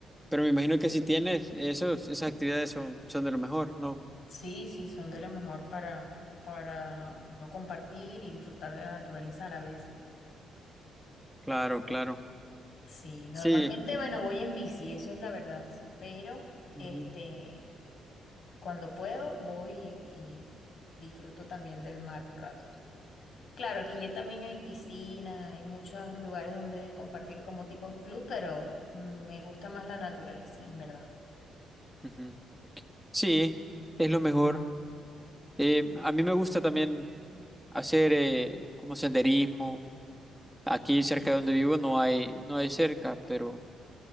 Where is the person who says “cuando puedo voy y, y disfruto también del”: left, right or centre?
Left